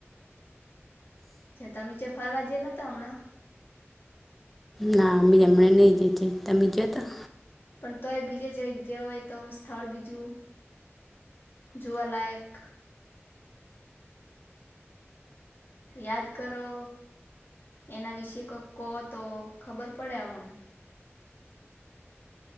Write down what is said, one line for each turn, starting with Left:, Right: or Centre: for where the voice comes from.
Left: ચ તમે, ચે ફરવા જયેલાં તા હમણા
Centre: ના મે હમણે નહી, ગઈ તી. તમે ગયા તા
Left: પણ તોય, બીજો જેક જેઓ હોય તો સ્થળ બીજું જોવા લાયક. યાદ કરો. એના વિશે ક કહો, તો ખબર પડે અમણે